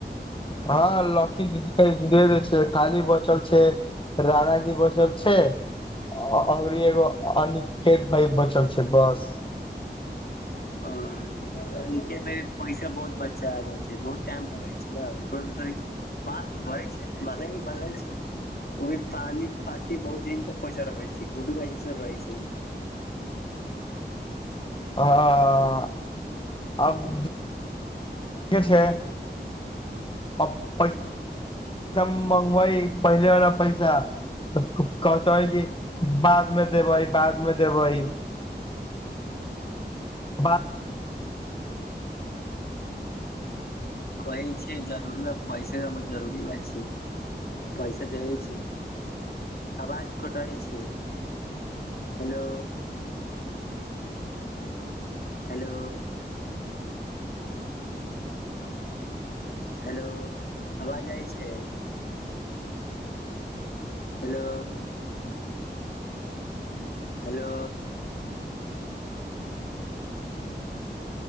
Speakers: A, on the left; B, on the left.
A: हँ लकी पैसा दे दै छै खाली बचल छैय राधाजी बचल छै अनरि एगो अनिकेत भाई बचल छै बस
B: ह अनिकेत भाई पैसा बहुत बच्चा दइ छै बहुत टाइम लगइ छै नऽ ओकरा त बात करइ छै मने नइ मनै छै ओमे पानी पाटी बहुत दिन तक पैसा रखै छै गुड्डू भाइजी सब रहै छै
A: अँ आब <unintelligible> छै आब पैसा मगबइ पहिले वला पैसा कहते कि बाद मे देबै बाद मे देबै बा
B: कहय छै जरूरी ब पैसे जरूरी ब छै पैसा देबै छै आवाज कटय छै हेलो हेलो हेलो अवाज जाइ छै हेलो हेलो <unintelligible>